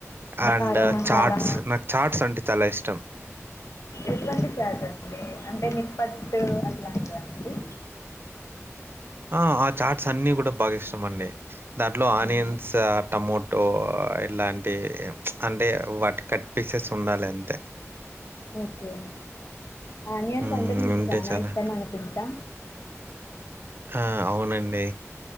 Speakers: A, on the right (about 45°); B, on the left (about 65°).
A: అండ్
B: బారా మసాలా
A: చాట్స్ నాకు చాట్స్ అంటే చాలా ఇష్టం
B: ఎటువంటి చేట్స్ అండి అంటే నిప్పట్ అట్లాంటివ అండి
A: ఆ ఆ చాట్స్ అన్నిీ కూడా బాగా ఇష్టం అండి దాంట్లో ఆనియన్స్
B: ఆ
A: టమోటో ఇలాంటి అంటే వట్ కట్ పీసెస్ ఉండాలి అంతే
B: ఓకే ఆనియన్స్
A: హ్మ్.
B: అంటే మీకు
A: ఉంటే
B: చనా
A: చాలా.
B: ఇష్టం అనుకుంటా
A: ఆ! అవునండి